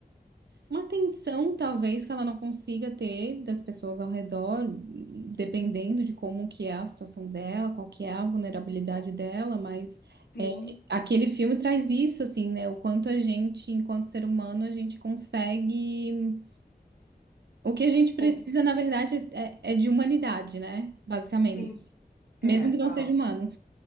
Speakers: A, on the right (about 85°); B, on the left (about 60°).
A: uma atenção, talvez, que ela não consiga ter das pessoas ao redor, dependendo de como que é a situação dela, qual que é a vulnerabilidade dela, mas.
B: Sim.
A: é, Aquele filme traz isso, assim, né? O quanto a gente, enquanto ser humano, a gente consegue. O que a gente precisa,
B: Com...
A: na verdade, é, é de humanidade, né? Basicamente.
B: Sim,
A: Mesmo
B: é.
A: que não
B: a-
A: seja humano.